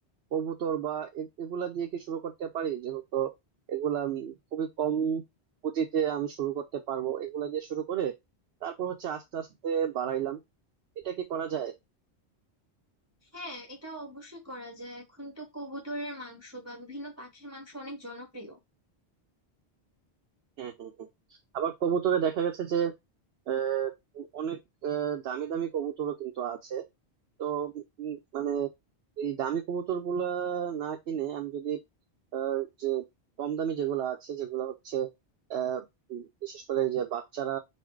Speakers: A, on the right; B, on the right.
A: কবুতর বা এ- এগুলা দিয়ে কি শুরু করতে পারি যেহেতু এগুলা আমি খুবই কম পুঁজিতে আমি শুরু করতে পারবো এগুলা দিয়ে শুরু করে তারপর হচ্ছে আস্তে আস্তে বাড়াইলাম এটা কি করা যায়
B: হ্যাঁ এটা অবশ্যই করা যায় এখন তো কবুতরের মাংস বা বিভিন্ন পাখির মাংস অনেক জনপ্রিয়
A: হ্যাঁ হ্যাঁ হ্যাঁ আবার কবুতরে দেখা গেছে যে আহ, অনেক আহ, দামি দামি কবুতরও কিন্তু আছে তো উম, মানে এই দামি কবুতর গুলা না কিনে আমি যদি আহ, যে কম দামি যেগুলো আছে যেগুলো হচ্ছে আহ, উম, বিশেষ করে যে বাচ্চারা